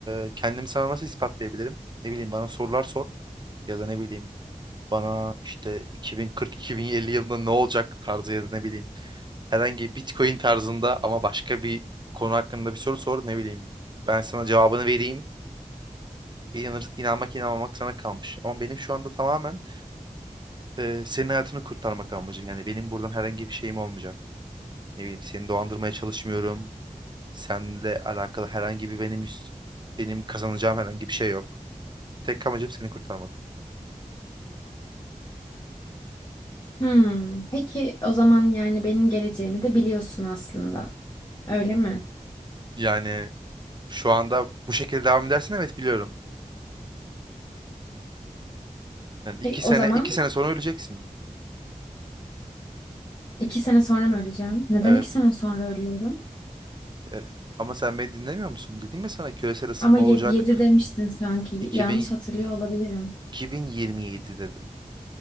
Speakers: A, on the right (about 35°); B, on the left (about 30°).
A: E, kendimi sana nasıl ispatlayabilirim? Ne bileyim bana sorular sor. Ya da ne bileyim bana işte 2040-2050 yılında ne olacak tarzı ya da ne bileyim herhangi Bitcoin tarzında ama başka bir konu hakkında bir soru sor ne bileyim. Ben sana cevabını vereyim. İnanır, inanmak inanmamak sana kalmış. Ama benim şu anda tamamen e, senin hayatını kurtarmak amacım. Yani benim buradan herhangi bir şeyim olmayacak. Ne bileyim seni dolandırmaya çalışmıyorum. Seninle alakalı herhangi bir benim üst- benim kazanacağım herhangi bir şey yok. Tek amacım seni kurtarmak.
B: Hmm. Peki o zaman yani benim geleceğimi de biliyorsun aslında. Öyle mi?
A: Yani şu anda bu şekilde devam edersen evet biliyorum. Yani iki
B: Peki o
A: sene
B: zaman
A: iki sene sonra öleceksin.
B: iki sene sonra mı öleceğim? Neden
A: Evet.
B: iki sene sonra ölüyorum?
A: E, ama sen beni dinlemiyor musun? Dedim ya sana küresel ısınma
B: Ama yedi,
A: olacak
B: yedi demiştin sanki.
A: 2000,
B: Yanlış hatırlıyor olabilirim.
A: 2027 dedim.